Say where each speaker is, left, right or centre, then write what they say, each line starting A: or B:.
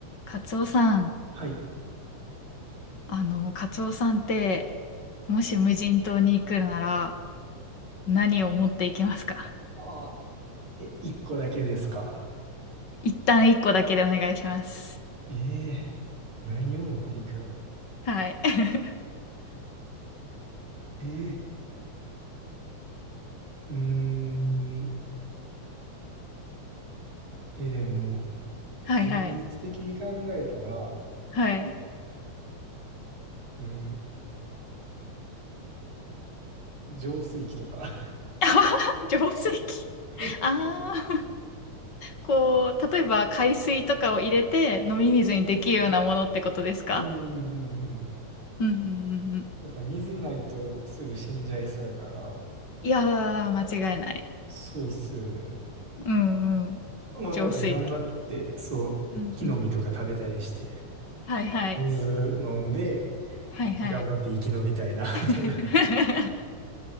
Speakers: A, on the left (about 45°); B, on the right (about 70°).
A: カツオさん、
B: はい。
A: あの、カツオさんって、もし無人島に行くなら、何を持っていきますか
B: ああ、え、一個だけですか
A: 一旦一個だけでお願いします。
B: ええー、何を持っていくやろ
A: はい。<laughs>
B: ええー、うーん、え、でも、
A: はいはい。
B: 現実的に考えたら、
A: はい。
B: うん、浄水器とか。
A: <laughs> 浄水器。
B: <laughs>
A: ああ、こう、例えば海水とかを入れて飲み水にできるようなものってことですか
B: そうそうそうそう。うんうんうんうん。
A: うんうんうんうん。
B: やっぱ水ないとすぐ死んじゃいそうやから、
A: いやー、間違いない。
B: そうっすよね。
A: うんうん。
B: まあなんか頑張って、
A: 浄水器。
B: そう、
A: うんうん。
B: 木の実とか食べたりして、
A: はいはい。
B: 水飲んで、
A: はいはい。
B: 頑張って生き延びたいな、
A: <laughs>
B: みたいな。